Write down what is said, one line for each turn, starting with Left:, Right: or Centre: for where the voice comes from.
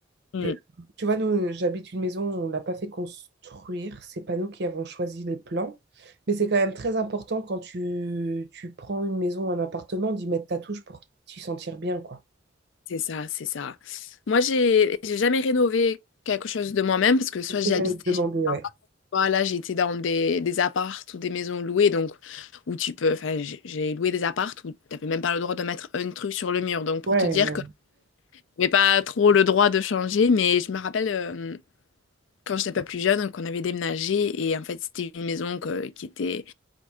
Left: Mm.
Right: de- Tu vois, nous, j'habite une maison, on l'a pas fait construire. C'est pas nous qui avons choisi les plans. Mais c'est quand même très important quand tu, tu prends une maison, un appartement, d'y mettre ta touche pour t'y sentir bien, quoi.
Left: C'est ça, c'est ça. Moi, j'ai j'ai jamais rénové quelque chose de moi-même parce que soit
Right: C'est
Left: j'y
Right: ce que
Left: habitais
Right: j'allais te demander,
Left: chez mes
Right: ouais.
Left: parents, là, j'étais dans des, des apparts ou des maisons louées, donc où tu peux. Enfin, j'ai j'ai loué des apparts où t'avais même pas le droit de mettre un truc sur le mur. Donc, pour
Right: Ouais,
Left: te dire
Right: ouais.
Left: que j'avais pas trop le droit de changer, mais je me rappelle. euh, quand j'étais pas plus jeune, qu'on avait déménagé et en fait c'était une maison que- qui était,